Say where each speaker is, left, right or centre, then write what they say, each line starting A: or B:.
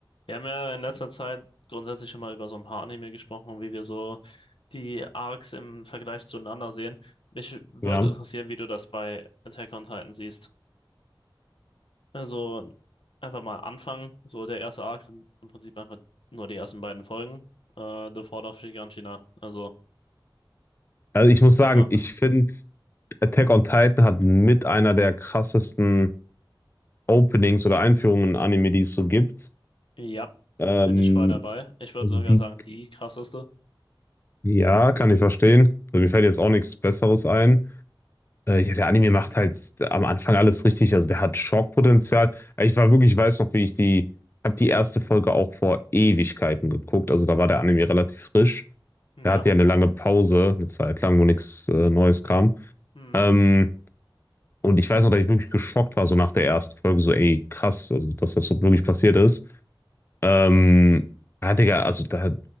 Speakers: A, on the left; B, on the left.
A: Wir haben ja in letzter Zeit grundsätzlich schon mal über so ein paar Anime gesprochen und wie wir so die Arcs im Vergleich zueinander sehen. Mich würde
B: Ja.
A: interessieren, wie du das bei Attack on Titan siehst. Also einfach mal anfangen. So der erste Arc sind im Prinzip einfach nur die ersten beiden Folgen. Äh, The Fall of Giganshina. Also
B: Also ich muss sagen,
A: einfach,
B: ich finde, Attack on Titan hat mit einer der krassesten Openings oder Einführungen in Anime, die es so gibt.
A: ja,
B: Ähm,
A: bin ich voll dabei. Ich würde
B: also
A: sogar
B: die,
A: sagen, die krasseste.
B: ja, kann ich verstehen. Also mir fällt jetzt auch nichts Besseres ein. Äh, ja, der Anime macht halt am Anfang alles richtig. Also der hat Schockpotenzial. Ich war wirklich, ich weiß noch, wie ich die, habe die erste Folge auch vor Ewigkeiten geguckt. Also da war der Anime relativ frisch.
A: Ja,
B: Der hatte ja eine lange Pause, eine Zeit lang, wo nichts äh, Neues kam.
A: mhm.
B: Ähm, Und ich weiß noch, dass ich wirklich geschockt war, so nach der ersten Folge, so, ey, krass, also, dass das so wirklich passiert ist. Ähm, ja, Digga, also, da,